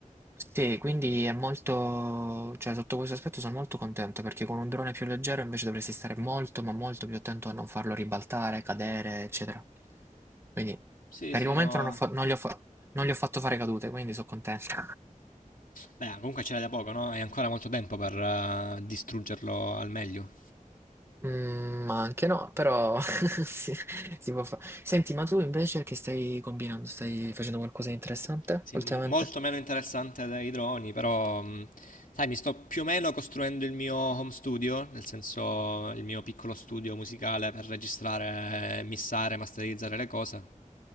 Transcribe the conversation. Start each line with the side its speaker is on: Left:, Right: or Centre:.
Right: Sì, quindi è molto, cioè sotto questo aspetto sono molto contento perché con un drone più leggero invece dovresti stare molto, ma molto più attento a non farlo ribaltare, cadere, eccetera. Quindi
Left: Sì,
Right: per
Left: sì,
Right: il momento
Left: no.
Right: non ho fa- non gli ho fa- non gli ho fatto fare cadute, quindi sono contento.
Left: Beh, comunque c'era da poco, no? Hai ancora molto tempo per eh, distruggerlo al meglio.
Right: Mm, ma anche no, però <laughs> si, si può fare. Senti, ma tu invece che stai combinando? Stai facendo qualcosa di interessante
Left: Sì,
Right: ultimamente?
Left: m- molto meno interessante dei droni, però mh, sai, mi sto più o meno costruendo il mio home studio, nel senso il mio piccolo studio musicale per registrare, missare, masterizzare le cose.